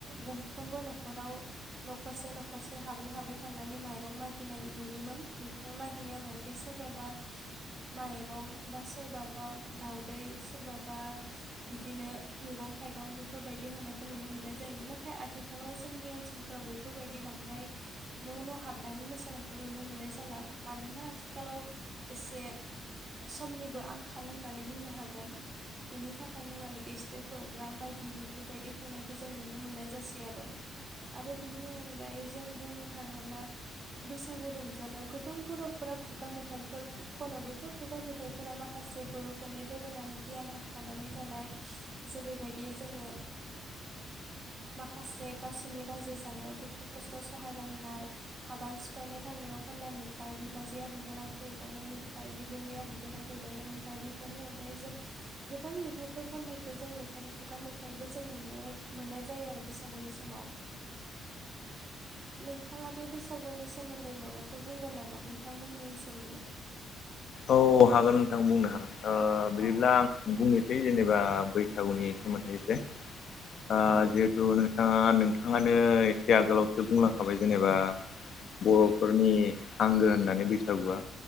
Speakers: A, on the right (about 30°); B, on the left (about 65°).
A: गंफ्रोमबो न'खराव न'खरसे न'खरसे हाबै हाबै थांनानै माइरं मागिनाय नुयोमोन बेफोर मागिनायाव माने बे सोरबाबा माइरं बा सोरबाबा दाउदै सोरबाबा बिदिनो मेगं थाइगं बेफोरबायदि हरनायखौ नुनो मोननाय जायोमोन नाथाय आथिखालाव जोंनि ओनसोल फोराव बेफोरबायदि बांद्राय न' न' हाबनानै मोसानायखौ नुनो मोननाय जाला। मानोना आथिखालाव एसे समनिबो आंखाल होननानै बुंनो हागोन। बेनि थाखायनो मानेके स्टेट प्रग्राम बायदि बिफोरबायदि खुंनायखौ जों नुनो मोननाय जासै आरो। आरो बिनि अनगायै जों बुंनो थाङोब्ला बैसागु रंजानायाव गोबां बर'फोरा खुगा मेथाइफोर खनो बेफोर खुगा मेथाइफोरा माखासे बर'फोरनि दोरोङारि गियान हाब फानानै थानाय जेरैबायदि जोङो माखासे गावसोरनि रायजो जानायाव दुखु खस्थ' सहायनांनाय हादान सिफायनो थांनायाव खननाय मे थाइ बिबाजैया बिबोनांखौ एदावनाय मेथाइ बिगुमैया बिबोनांखौ एदावनाय मेथाइ बेफोरनि अनगायै जों गोबां मेथाइफोर खननायखौ जों मेथाइ खुगा मेथाइबो जों मोननो मोननाय जायो आरो बैसागुनि समाव। नोंथाङा बे बैसागुनि सोमोन्दै माबाफोर बुंगोन नामा नोंथांमोननि ओनसोलनि?
B: औ हागोन नोंथां बुंनो हागोन ओ बिदिब्ला
A: औ
B: आं बुंनि बे जेनेबा बैसागुनि सोमोन्दै एसे ओ
A: औ
B: जिहेथु दा नोंथाङानो एसे आगोलावसो बुंलांखाबाय जेनेबा बर'फोरनि आंगो होननानै बैसागुआ